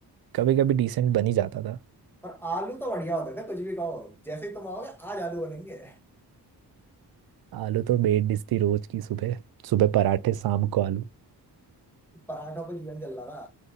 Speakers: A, on the right; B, in the centre.
A: कभी कभी डिसेंट बन ही जाता था
B: पर आलू तो बढ़िया होते थे कुछ भी कहो जैसे ही तुम आओगे आज आलू बनेंगे
A: आलू तो बेड डिश थी रोज की सुबह सुबह पराठे शाम को आलू
B: पराठों पे जीवन चल रहा था